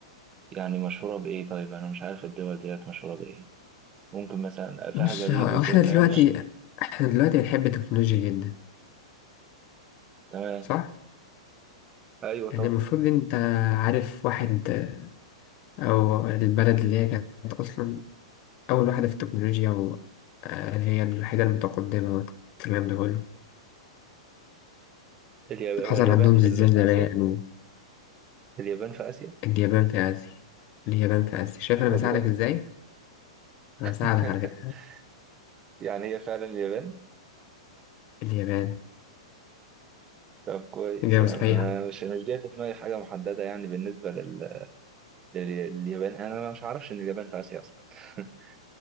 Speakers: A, on the right; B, on the left.
A: يعني مشهورة بإيه طيب أنا مش عارف الدول ديت مشهورة بإيه ممكن مثلا فيها
B: بص
A: جليد
B: هو
A: وكده
B: احنا
A: الكلام
B: دلوقتي
A: ده
B: احنا دلوقتي بنحب التكنولوجيا جدا
A: تمام
B: صح؟
A: أيوة طبعا
B: يعني المفروض انت عارف واحد آه، او البلد اللي هي كانت أصلا أول واحدة في التكنولوجيا وهي الوحيدة المتقدمة والكلام ده كله
A: اليابان هو
B: حصل
A: اليابان
B: عندهم
A: في,
B: زلزال
A: ال- في
B: زمان
A: آسيا اليابان في آسيا
B: اليابان في آسيا اليابان في آسيا شايف أنا
A: والله
B: بساعدك إزاي؟ أنا
A: <laughs>
B: بساعدك على فكرة
A: يعني هي فعلا اليابان
B: اليابان
A: طب كويس
B: إجابة
A: يعني
B: صحيحة
A: أنا مش مش جاي في دماغي حاجة محددة يعني بالنسبة لل... لل- لليابان أنا مش عارفش إن اليابان في آسيا أصلا <laughs>